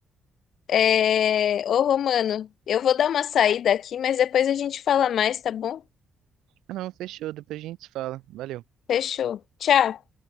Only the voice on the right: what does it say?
Ah, não, fechou, depois a gente se fala. Valeu.